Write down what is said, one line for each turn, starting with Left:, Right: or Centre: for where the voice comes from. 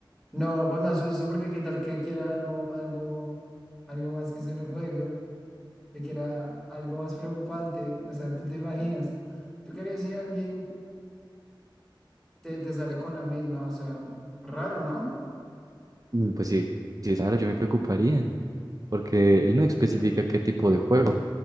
Centre: No, pues me asusto porque qué tal que quiera algo, algo, algo más que solo un juego, que quiera algo más preocupante. O sea, tú te imaginas, tú querías si alguien te, te sale con la misma, o sea, raro, ¿no?
Right: Mm, Pues sí, sí, claro, yo me preocuparía, porque él no especifica
Centre: Que tú-
Right: qué tipo de juego,